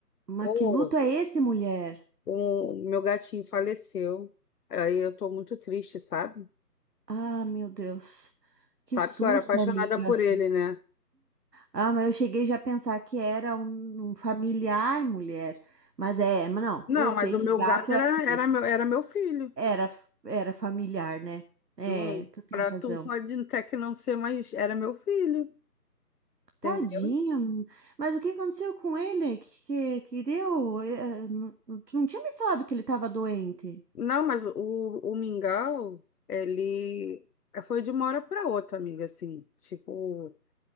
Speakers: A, on the right; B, on the left.
A: Mas
B: pô,
A: que luto é esse, mulher?
B: o meu gatinho faleceu. Aí eu tô muito triste, sabe?
A: Ah, meu Deus.
B: Sabe
A: Que susto,
B: que eu era apaixonada
A: amiga.
B: por ele, né?
A: Ah, mas eu cheguei já a pensar que era um, um familiar, mulher. Mas é, mas não,
B: Não,
A: eu sei
B: mas o
A: que
B: meu
A: gato
B: gato era,
A: é triste.
B: era, meu, era meu filho.
A: Era, era familiar, né? É,
B: Não,
A: tu tem
B: pra
A: razão.
B: tu pode até que não ser, mas era meu filho,
A: Tadinho,
B: entendeu?
A: mas o que aconteceu com ele? Que, que, que deu? Eh, não- Tu não tinha me falado que ele estava doente?
B: Não, mas o, o Mingau, ele foi de uma hora pra outra, amiga, assim. Tipo,